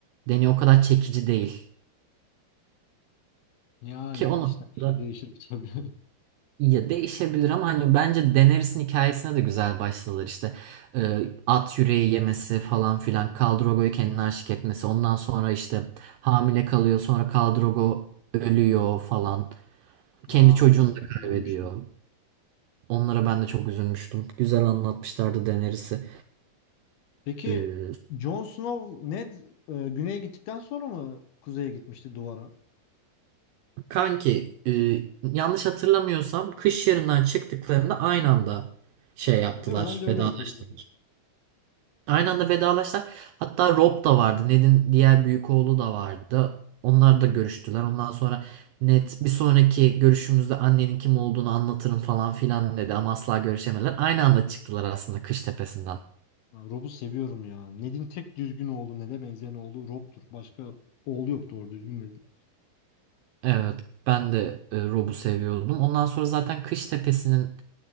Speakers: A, on the right; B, on the left.
A: Dany o kadar çekici değil.
B: Yani
A: Ki o
B: kişiden
A: noktada
B: kişiye değişir tabii. <laughs>
A: Ya değişebilir ama hani bence Daenerys'in hikayesine de güzel başladılar işte Ee, at yüreği yemesi falan filan Khal Drogo'yu kendine aşık etmesi ondan sonra işte hamile kalıyor sonra Khal Drogo ölüyor falan kendi
B: Aa,
A: çocuğunu
B: ondan
A: da
B: çok üzülmüştüm.
A: kaybediyor onlara ben de çok üzülmüştüm güzel anlatmışlardı Daenerys'i
B: Peki
A: Ee,
B: Jon Snow Ned e, güneye gittikten sonra mı kuzeye gitmişti duvara?
A: kanki e, yanlış hatırlamıyorsam kış yarından çıktıklarında aynı anda şey yaptılar
B: Değil mi? Ben de öyle
A: vedalaştılar
B: hatırlıyorum.
A: Aynı anda vedalaştılar. Hatta Rob da vardı. Ned'in diğer büyük oğlu da vardı. Onlar da görüştüler. Ondan sonra Ned bir sonraki görüşümüzde annenin kim olduğunu anlatırım falan filan dedi ama asla görüşemediler. Aynı anda çıktılar aslında Kış Tepesi'nden.
B: Ben Rob'u seviyorum ya. Ned'in tek düzgün oğlu, Ned'e benzeyen oğlu Rob'tur. Başka oğlu yok doğru düzgün Ned'in.
A: Evet, ben de e, Rob'u seviyordum. Ondan sonra zaten Kış Tepesi'nin